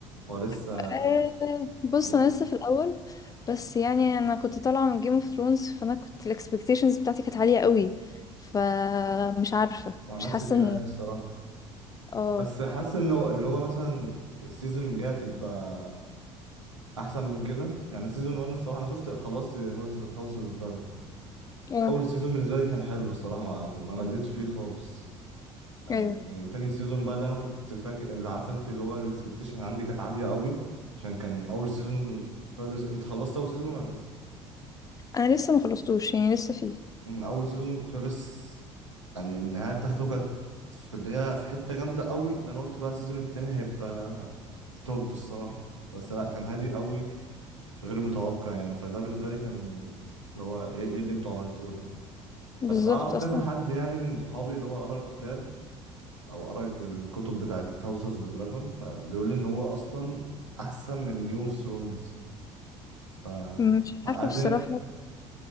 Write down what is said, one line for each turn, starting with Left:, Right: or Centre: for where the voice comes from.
Right: هو لسه
Left: آه، بص
Right: لسه
Left: انا لسه في الاول بس يعني انا كنت طالعة من Game of Thrones فانا كنت الاكسبكتيشنز بتاعتي كانت عالية قوي فمش عارفة
Right: هو نفس
Left: مش حاسة
Right: الكلام
Left: ان
Right: الصراحه
Left: اه
Right: بس حاسس انه اللي هو مثلا السيزون الجاي هتبقى احسن من كده يعني سيزون 1 الصراحه انا شفت خلصت هاوس هاوس اوف دراجون
Left: اه
Right: اول سيزون بالنسبه لي كان حلو الصراحه ما ما مليتش فيه خالص آه،
Left: ايوه
Right: تاني سيزون بقى اللي انا كنت فاكر اللي عارفه انت اللي هو الاكسبكتيشن عندي كانت عاليه قوي عشان كان اول سيزون خلص انت خلصت اول سيزون ولا لسه
Left: انا لسه ما خلصتوش يعني لسه فيه
Right: أمم، اول سيزون خلص يعني النهايه بتاعته كانت في اللي هي في حته جامده قوي اللي انا قلت بقى السيزون التاني هيبقى توب الصراحه بس لا كان هادي قوي غير متوقع يعني فده بالنسبه لي كان اللي هو ايه ايه اللي انتوا عملتوه ده
Left: بالظبط
Right: بس اعرف
Left: اصلا
Right: كذا حد يعني من صحابي اللي هو قرا الكتاب او قرا الكتب بتاعت هاوس اوف ذا دراجون فبيقول لي ان هو اصلا احسن من جيم اوف ثرونز ف
Left: مش
Right: قاعدين
Left: عارفة بصراحة